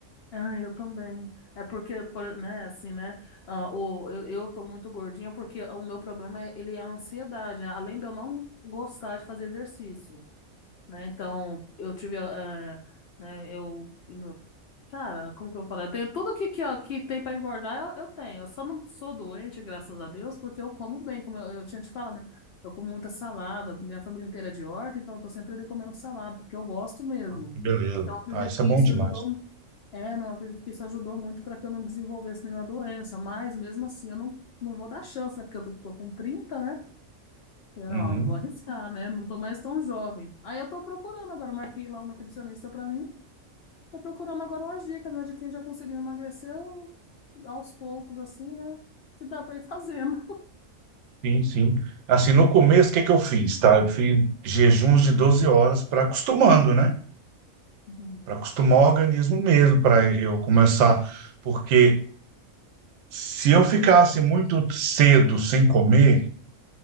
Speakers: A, on the left (about 65°); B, on the right (about 65°).
A: Ah, eu também. É porque, por- né, assim, né, ah, o, eu, eu tô muito gordinha porque o meu problema, é, ele é a ansiedade, né? Além de eu não gostar de fazer exercício, né? Então, eu tive, ah, né, eu Cara, como que eu falei? Eu tenho tudo que, que, ó, que tem pra engordar, eu, eu tenho. Eu só não sou doente, graças a Deus, porque eu como bem, como eu, eu tinha te falado, né? Eu como muita salada, minha família inteira é de horta, então eu tô sempre ali comendo salada, porque eu gosto mesmo.
B: Ah, que beleza.
A: Então eu acredito
B: Ah, isso
A: que
B: é bom
A: isso
B: demais.
A: ajudou. É, não, eu acredito que isso ajudou muito para que eu não desenvolvesse nenhuma doença, mas mesmo assim eu não, não vou dar chance, né? Porque eu tô, tô com 30, né? Eu,
B: Uhum.
A: não, não vou arriscar, né? Não tô mais tão jovem. Aí eu tô procurando agora, marquei lá um nutricionista para mim. Tô procurando agora umas dicas, né, de quem já conseguiu emagrecer aos poucos, assim, né? Que dá pra ir fazendo.
B: Sim, sim. Assim, no começo, o que que eu fiz, tá? Eu fiz jejuns de 12 horas para acostumando, né?
A: Uhum.
B: Para acostumar o organismo mesmo, para eu começar. Porque se eu ficasse muito cedo sem comer,